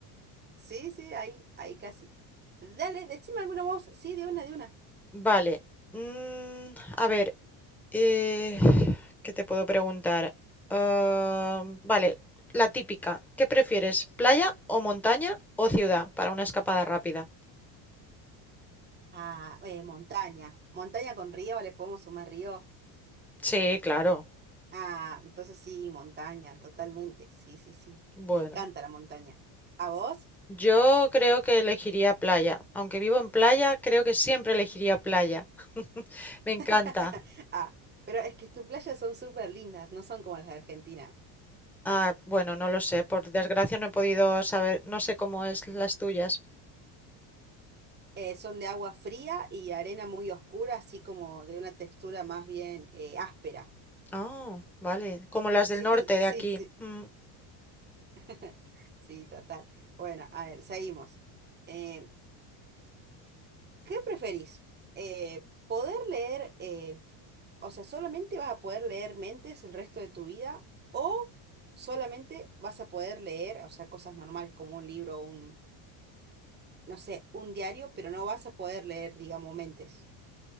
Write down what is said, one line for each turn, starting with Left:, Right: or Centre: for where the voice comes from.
Right: Sí, sí, ahí, ahí casi. Dale, decime alguna voz. Sí, de una, de una.
Centre: Vale. Mm, a ver, eh, ¿qué te puedo preguntar? Ah, vale, la típica. ¿Qué prefieres, playa o montaña o ciudad para una escapada rápida?
Right: Ah, eh, montaña. Montaña con río, le podemos sumar río.
Centre: Sí, claro.
Right: Ah, entonces sí, montaña, totalmente. Sí, sí, sí.
Centre: Bueno,
Right: Me encanta la montaña. ¿A vos?
Centre: yo creo que elegiría playa. Aunque vivo en playa, creo que siempre elegiría playa. <laughs> Me
Right: <laughs>
Centre: encanta.
Right: Ah, pero es que tus playas son súper lindas, no son como las de Argentina.
Centre: Ah, bueno, no lo sé. Por desgracia no he podido saber, no sé cómo es las tuyas.
Right: Eh, son de agua fría y arena muy oscura, así como de una textura más bien eh, áspera.
Centre: Ah, vale. Como las del
Right: Sí,
Centre: norte de
Right: sí,
Centre: aquí.
Right: sí.
Centre: Mm.
Right: <laughs> Sí, total. Bueno, a ver, seguimos. Eh, ¿qué preferís? Eh, ¿poder leer, eh, o sea, solamente vas a poder leer mentes el resto de tu vida o solamente vas a poder leer, o sea, cosas normales como un libro o un, no sé, un diario, pero no vas a poder leer, digamos, mentes?